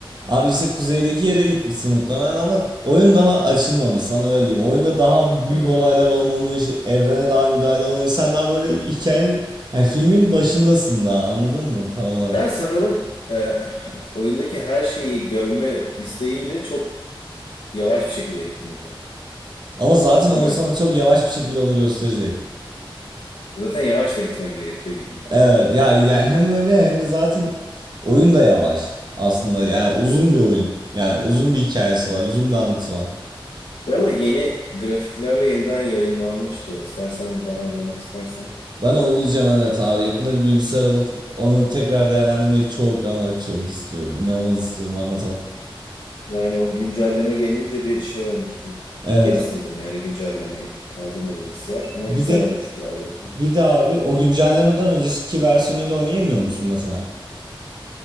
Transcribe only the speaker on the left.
Ee,
ben sanırım e, <sighs> oyundaki her şeyi görme isteğiyle çok yavaş bir şekilde gittim oraya.
Değil mi?
Zaten yavaş da gitmen gerekiyor gibi.
Yani.
Bu arada yeni grafiklerle yeniden yayınlanmıştı o. İstersen bir daha oynamak istersen.
Yani o güncelleme gelince bir şey olmuştum.
Geri sildim yani güncellemeyi. Kaldırmadı bilgisayar ama
güzel
olmuştu bayağı görsel.